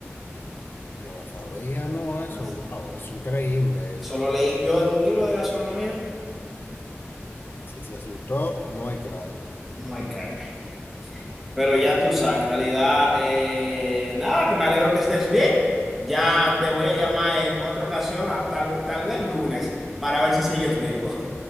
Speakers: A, on the left; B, in the centre.
A: Yo no sabía, no, eso,
B: Así.
A: wow, es increíble
B: Eso
A: eso.
B: lo leí yo en un libro de gastronomía.
A: Si se asustó, no hay carne.
B: No hay carne. Pero ya tú sabes, en realidad, eh, nada, que me alegro que estés bien. Ya te voy a llamar en otra ocasión, a- tal, tal vez lunes, para ver si sigues vivo.